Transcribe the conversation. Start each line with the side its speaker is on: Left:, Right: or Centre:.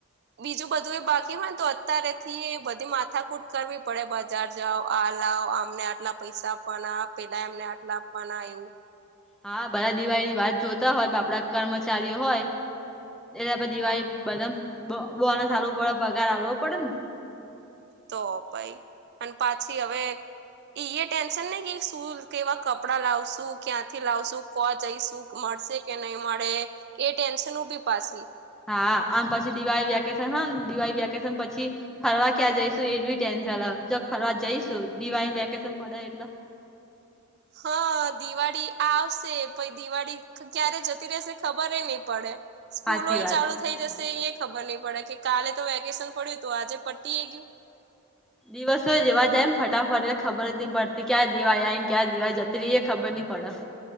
Right: બીજું બધું એ બાકી હોયને તો, અત્યારેથી બધી માથાકૂટ કરવી પડે બા. બજાર જાઓ. આ લ અમને આટલા પૈસા આપવાના. પેલા એમને આટલા આપવાના આવું.
Centre: હા બધા દિવાળીની વાત જોતા હોય. આપડા કર્મચારીઓ હોય. એટલે દિવાળી બધ બોનસાલવું પડે પગાર હાલવો પડે ને.
Right: તો પાઈ, અને પાછી હવે. ઈ એ ટેન્શન ને કે શું કેવા કપડાં લાવશું ક્યાંથી લાવશું કો જઈશું. મળશે કે નહી મળે એ ટેન્શન ઉભી પાછી
Centre: હા અનેમ પછી દિવાળી વેકેશન હ દિવાળી વેકેશન પછી ફરવા ક્યાં જઈશું એટી ટેન્શન લ ચ ફરવા જઈશું દિવાળ વેકેશન પડે એટલે.
Right: હા દિવાળી આવશે પછ દિવાળી. ક્યારે જતી રહેશે ખબર નહી પડે. સ્કૂલો
Centre: સાચી
Right: એ
Centre: વાત
Right: ચાલુ થઈ જશે એ એ ખબર નહી પડે કે કાલે તો વેકેશન પડ્યું તો આજે પ્ટટી એ ગયું.
Centre: દિવસો જવા જાયમને ફટાફટ એટલે ખબર જ ન પડતી ક્યાં દિવાયમ ક્યાં દિવાય જત્રી એ ખબર નહી પડે.